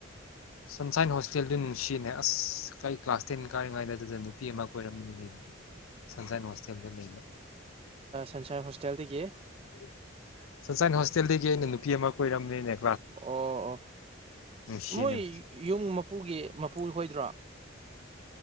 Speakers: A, on the left (about 80°); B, on the right (about 30°).
A: ꯁꯟꯁꯥꯏꯟ ꯍꯣꯁꯇꯦꯜꯗꯨ ꯅꯨꯡꯁꯤꯅꯦ ꯑꯁ ꯀꯔꯤ ꯀ꯭ꯂꯥꯁ ꯇꯦꯟ ꯀꯥꯔꯤꯉꯩꯗ ꯑꯗꯨꯗ ꯅꯨꯄꯤ ꯑꯃ ꯀꯣꯏꯔꯝꯕꯅꯤ ꯁꯟꯁꯥꯏꯟ ꯍꯣꯁꯇꯦꯜꯗ ꯂꯩꯕ
B: ꯁꯟꯁꯔ ꯍꯣꯁꯇꯦꯜꯗꯒꯤꯗꯒꯤ
A: <inaudible> ꯅꯨꯄꯤ ꯑꯃ ꯀꯣꯏꯔꯝꯃꯤꯅꯦ
B: ꯑꯣ ꯑꯣ
A: ꯅꯨꯡꯁꯤꯅꯦ
B: ꯃꯣꯏ ꯌꯨꯝ ꯃꯄꯨꯒꯤ ꯃꯄꯨ ꯈꯣꯏꯗ꯭ꯔꯣ